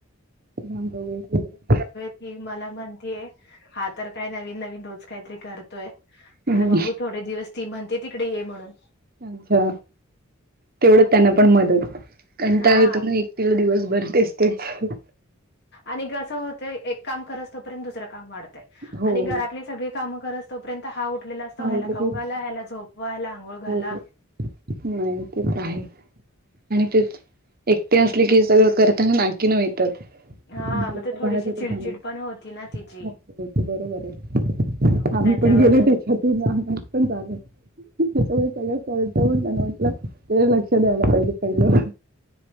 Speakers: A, on the right; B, on the left.
A: वै <unintelligible>
B: ही मला म्हणतीय हा तर काय नवीन, नवीन रोज काहीतरी करत य
A: हम्म
B: आता बघू थोडे दिवस ती म्हणतेय तिकडे ये म्हणून.
A: अच्छा तेवढं त्यांना पण मदत कंटाळा
B: हा
A: येतोन एक. तिला दिवसभर तेच, तेच.
B: आणि कसं होतय एक काम करस तोपर्यंत दुसरं काम वाढतय
A: हो
B: आणि
A: हो
B: घरातली सगळी कामं करस तोपर्यंत हा उठलेला असतो
A: आवडलं
B: ह्याला खाऊ
A: की
B: घाला, ह्याला झोपवा, ह्याला आंघोळ घाला,
A: हो हो नाही ते तर हाय. आणि तेच एकटे असले की सगळं करताना नाकीनऊ येतात.
B: हां,
A: <unintelligible>
B: मग ते थोडीशी चिडचिड पण होती ना तिची.
A: होत बरोबर आहे.
B: मग
A: आम्ही
B: त्याच्यावरून
A: पण गेलो त्याच्यातून आम्हाला पण जान आहे. सगळ कळत त्यांना म्हटलं ते लक्ष द्यायला पाहिजे पहिलं